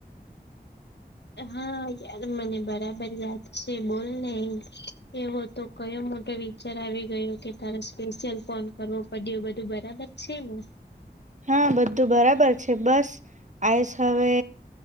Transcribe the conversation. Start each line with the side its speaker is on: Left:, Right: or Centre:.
Left: હા યાર મને બરાબર યાદ છે, બોલને. એવો તો કયો મોટો વિચાર આવી ગયો કે <unintelligible> સ્પેશિયલ ફોન કરવો. <unintelligible> બધું બરાબર છે, ને.
Right: હા બધું બરાબર છે બસ આયસ હવે